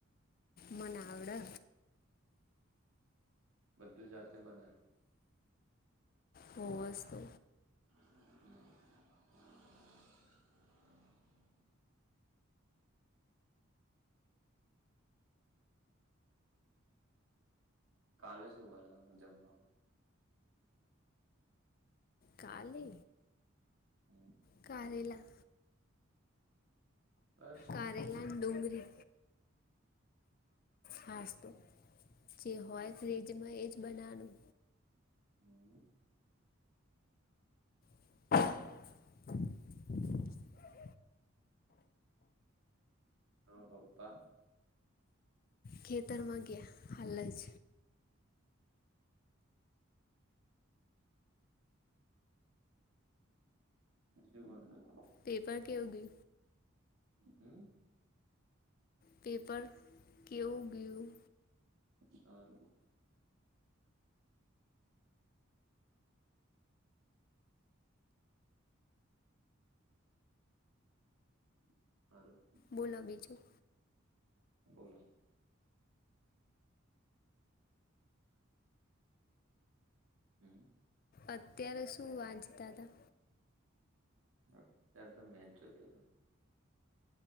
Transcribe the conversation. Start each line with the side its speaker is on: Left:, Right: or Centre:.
Left: મને આવડે
Right: બધું જાતે બનાયું?
Left: હોવસ તો.
Right: <unintelligible> કાલે શું બનાવ્યું જમવામાં?
Left: કાલે
Right: હમ
Left: કરેલા
Right: બસ.
Left: કારેલા ડુંગળી હાસ્તો જે હોય ફ્રિજમાં તે જ બનાવવાનું.
Right: હમમ.
Left: <inaudible>
Right: ન બાપા.
Left: ખેતારમાંગ હાલ જ.
Right: મું કોનું કર
Left: પેપર કેવ ગય
Right: હમ.
Left: પેપર કેવું ગયું?
Right: સારું. હ <inaudible>
Left: બોલો બીજું.
Right: બોલો. હમ
Left: અત્યારે શું વાંચતા હતા.
Right: અત્ય્યારે તો મેચ જોતો હતો.